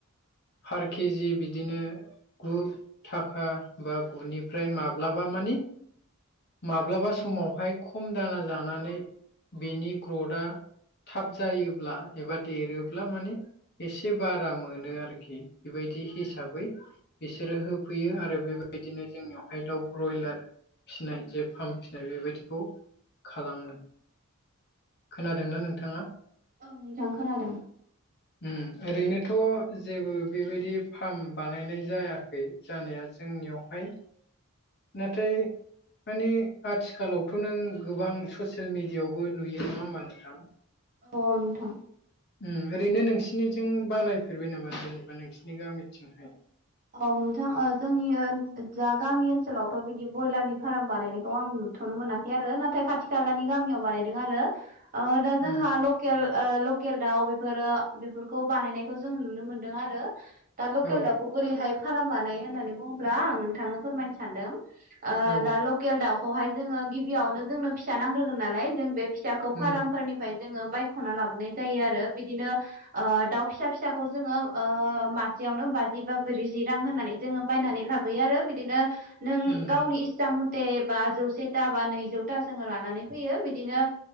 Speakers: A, on the left; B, on the right.
A: फार केजि बिदिनो गु थाखा बा गुनिफ्राय माब्लाबा मानि माब्लाबा समावहाय खम दाना जानानै बेनि ग्रदआ थाब जायोब्ला एबा देरोब्ला माने एसे बारा मोनो आरोखि बेबायदि हिसाबै इसोरो होफैयो आरो बेबायदिनो जोंनियावहाय दाउ ब्रयलार फिनाय जे फाम फिनाय बेबायदिखौ खालामो। खोनादोंना नोंथाङा?
B: औ नोंथां खोनादों।
A: ओम ओरैनोथ' जेबो बेबायदि फार्म बानायनाय जायाखै। जानाया जोंनियावहाय नाथाय माने आथिखालावथ' नों गोबां ससियेल मिडियावबो नुयो नङा होमबा नोंथां?
B: अ नोंथां।
A: ओम ओरैनो नोंसिनिथिं बानायफेरबाय नामा जेनेबा नोंसिनि गामिथिंहाय?
B: औ नोंथां ओ जोंनि ओ जा गामि ओनसोलावथ' बिदि ब्रयलारनि फार्म बानायनायखौ आं नु थ'नो मोनाखै आरो नाथाय खाथि खालानि गामियाव बानायदों आरो ओ दा जोंहा
A: ओ
B: ल केल ओ लकेल दाउ बेफोरो बेफोरखौ बानायनायखौ जोङो नुनो मोनदों आरो। दा लकेल
A: औ
B: दाउखौ बोरैहाय फार्म बानायो होननानै बुङोब्ला आं नोंथांनो फोरमायनो सानदों। ओ
A: औ
B: दा लकेल दाउखौहाय जोङो गिबियावनो जोंनो फिसा नांग्रोगोन नालाय जों बे फिसाखौ
A: उम
B: फार्मफोरनिफ्राय जोङो बायख'ना लाबोनाय जायो आरो बिदिनो ओ दाउ फिसा फिसाखौ जोङो ओ मासेयावनो बाजि जि बा ब्रैजि रां होनानै जोङो बायनानै लाबोयो आरो बिदिनो नों
A: उम
B: गावनि सामुथे बा जौसेता बा नैजौता जोङो लानानै फैयो बिदिनो